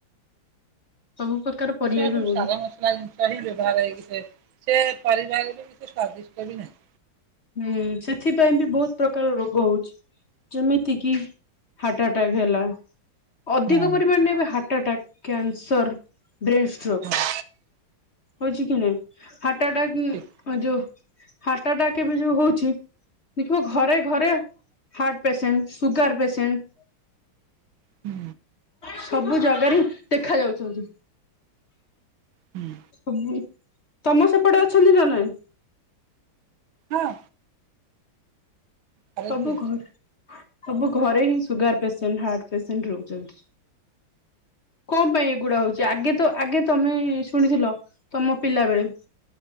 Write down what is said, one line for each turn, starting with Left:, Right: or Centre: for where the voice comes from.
Left: ସବୁ ପ୍ରକାର
Right: ସେ
Left: ପରିବା
Right: ସବୁ,
Left: ବି ମିଳୁନି।
Right: ସାଧା ମସଲା ଜିନିଷ ହିଁ ବ୍ୟବହାର ହେଇକି, ସେ ସେ ପରିବାର ବି କିଛି ସ୍ୱାଦିଷ୍ଟ ବି ନାହିଁ।
Left: ହୁଁ ସେଥିପାଇଁ ବି ବହୁତ ପ୍ରକାର ରୋଗ ହଉଛି। ଯେମିତିକି ହାଟାଟାକ ହେଲା। ଅଧିକ
Right: ହଁ
Left: ପରିମାଣରେ ଏବେ heart attack cancer brain stroke.
Right: ହଁ
Left: ହଉଛି କି ନାଇଁ। ହାର୍ଟ ଆଟାକ୍
Right: ଠିକ
Left: ଯଉ ହାଟଟାକ୍। କେବେ ଯୋଉ ହଉଛି ଦେଖିବ ଘରେ ଘରେ ହାର୍ଟ ପେସେଣ୍ଟ ସୁଗାର ପେସେଣ୍ଟ।
Right: ହୁଁ
Left: ସବୁ ଜାଗାରେ ଦେଖା ଯାଉଛନ୍ତି।
Right: ହୁଁ
Left: ସବୁ ତମ ସେପଟେ ଅଛନ୍ତି ନା ନାଇଁ?
Right: ହଁ। ଘରେ
Left: ସବୁ
Right: କିଏ ଅଛି?
Left: ଘରେ। ସବୁ ଘରେ ହିଁ ସୁଗାର ପେସେଣ୍ଟ ହାର୍ଟ ପେସେଣ୍ଟ ରହୁଛନ୍ତି, କଣ ପାଇଁ ଏଗୁଡା ହଉଛି ଆଗେ ତ ଆଗେ ତମେ ଶୁଣିଥିଲ ତମ ପିଲା ବେଳେ